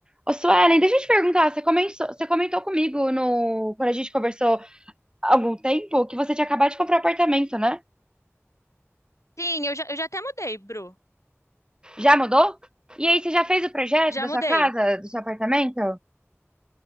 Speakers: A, on the right; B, on the left.
A: Ô, Suelen, deixa eu te perguntar, você comentou, você comentou comigo no, quando a gente conversou há algum tempo que você tinha acabado de comprar apartamento, né?
B: Sim, eu já, eu já até mudei, Bru.
A: Já mudou? E aí, você já fez o projeto
B: Já
A: da
B: mudei.
A: sua casa, do seu apartamento?